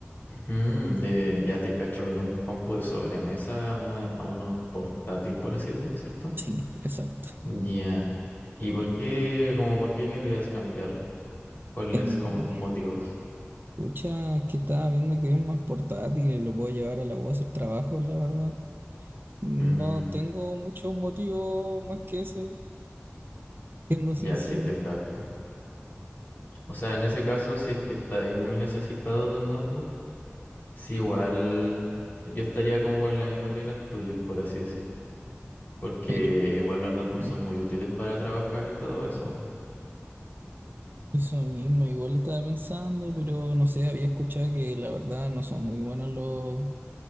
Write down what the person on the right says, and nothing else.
Sí, exacto.
Eh,
pucha, es que estaba viendo que es más portátil y lo puedo llevar a la U a hacer trabajo, la verdad. No
tengo muchos motivos más que ese, siendo sincero,
pero...
mm.
Eso mismo, igual estaba pensando, pero no sé, había escuchado que la verdad no son muy buenos los